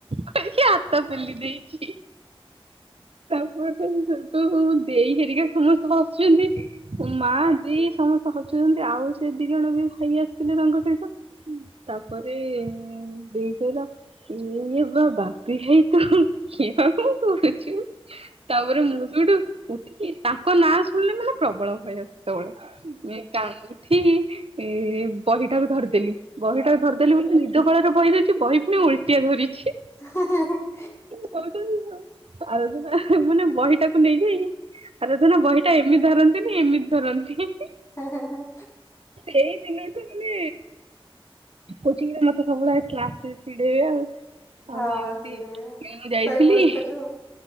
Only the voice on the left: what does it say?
<inaudible>
ହେଁ ହେଁ ହେଁ।
ହଁ
ଚିଡେଇବା
ଶୋଇପଡିଥିଲୁ।